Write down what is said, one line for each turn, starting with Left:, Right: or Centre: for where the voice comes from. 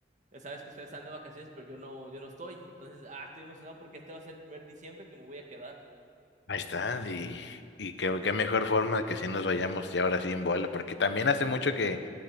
Right: Ya sabes que ustedes están de vacaciones, pero yo no, yo no estoy. Entonces, ah, estoy emocionado porque este va a ser el primer diciembre que me voy a quedar.
Left: Ahí está, y, y qué, qué mejor forma que si nos vayamos ya ahora sí en bola, porque también hace mucho que